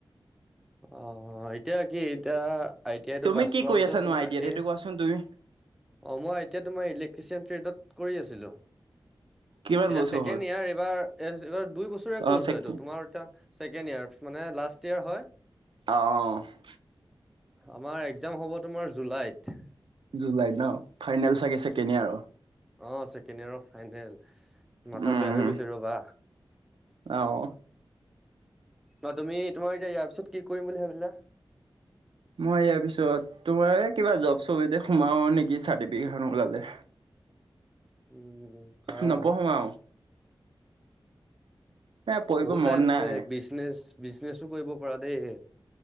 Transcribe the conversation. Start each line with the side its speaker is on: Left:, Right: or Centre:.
Centre: অ' এতিয়া কি এতিয়া আই টি আই টো
Right: তুমি
Centre: পাছ
Right: কি
Centre: কৰাৰ
Right: কৰি
Centre: পিছত
Right: আছানো
Centre: তোমাৰ
Right: আইডিয়াত সেইটো
Centre: এই
Right: কোৱাচোন তুমি
Centre: অ' মই এতিয়া তোমাৰ ইলেক্ট্ৰিচিয়ান ট্ৰেডত কৰি আছিলোঁ
Right: কিমান
Centre: এতিয়া
Right: বছৰ
Centre: ছেকেণ্ড
Right: হ'ল
Centre: ইয়াৰ এইবাৰ এইবাৰ দুই বছৰীয়া
Right: অ',
Centre: কৰ্ছ
Right: চেক
Centre: হয় এইটো তোমাৰ এতিয়া ছেকেণ্ড ইয়াৰ মানে লাষ্ট ইয়াৰ হয়
Right: অ' অ
Centre: আমাৰ একজাম হ'ব তোমাৰ জুলাইত
Right: জুলাইত ন ফাইনেল চাগে চেকেণ্ড ইয়েৰৰ
Centre: অ' ছেকেণ্ড ইয়েৰৰ ফাইনেল মাথা
Right: উম,
Centre: বেয়া হৈ গৈছে ৰবা
Right: অ',
Centre: অ' তুমি তোমাৰ এতিয়া ইয়াৰ পিছত কি কৰিম বুলি ভাবিলা
Right: মই ইয়াৰ পিছত তোমাৰ এ কিবা জব চবতে সোমাও নেকি চাৰ্টিফিকেটখন ওলালে
Centre: উম পাৰা
Right: নপঢ়ো আৰু এ পঢ়িব
Centre: বহুত লাইন
Right: মন
Centre: আছে,
Right: নাই।
Centre: বিজনেছ, বিজনেছো কৰিব পৰা দেই।